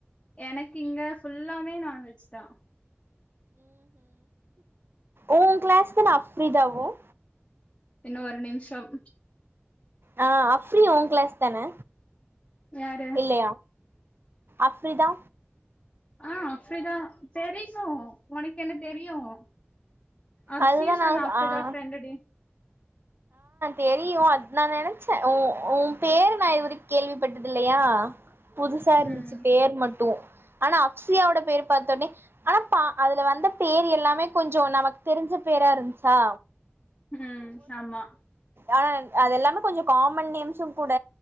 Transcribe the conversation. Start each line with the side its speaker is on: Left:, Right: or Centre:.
Left: எனக்கு இங்க ஃபுல்லாமே நான்வெஜ் தான்
Right: உன் கிளாஸ் தான அப்ரிதாவும்
Left: இன்னும் ஒரு நிமிஷம்
Right: ஆ அப்ரி உன் கிளாஸ் தானே
Left: யாரு
Right: இல்லையா அஃப்ரிதா
Left: ஆ அஃப்ரிதா தெரியும் உனக்கு என்ன தெரியும் அப்சியும்
Right: அதுதா
Left: சொன்ன
Right: நா
Left: அப்ரிதா
Right: ஆ
Left: பிரெண்ட் டி
Right: தெரியும் அது நான் நினைச்சேன் உ உன் பேரு நான் இதுவரைக்கும் கேள்விப்பட்டது இல்லையா புதுசா இருந்துச்சு
Left: ம்
Right: பேர் மட்டும் ஆனா அஃப்சியாவோட பேர் பார்த்தோனே ஆனா அதுல வந்த பேர் எல்லாமே கொஞ்சம் நமக்கு தெரிஞ்ச பேரா இருந்ச்சா
Left: ம் ஆமா
Right: ஆனா அதெல்லாமே கொஞ்சம் காமன் நேம்ஸும் கூட